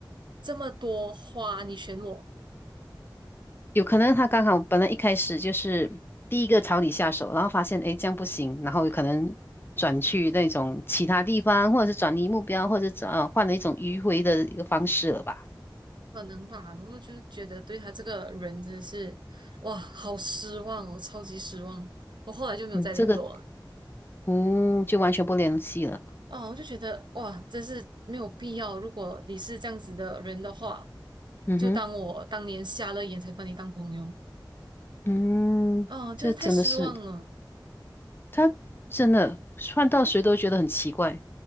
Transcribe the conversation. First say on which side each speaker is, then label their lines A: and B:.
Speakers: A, on the right; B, on the left.
A: 这么多花你选我？
B: 有可能他刚好本来一开始就是第一个朝你下手，然后发现诶这样不行，然后有可能转去那种其他地方，或者是转移目标，或者转呃换了一种迂回的一个方式了吧？
A: 可能吧，然后就觉得对他这个人真的是，哇，好失望哦，超级失望。我后来就没有再联络了。
B: 嗯，这个嗯就完全不联系了。
A: 啊，我就觉得哇，真是没有必要。如果你是这样子的人的话，
B: 嗯哼，
A: 就当我当年瞎了眼才把你当朋友。
B: 嗯，
A: 哦，真是太失望了。
B: 这真的是。他真的换到谁都觉得很奇怪。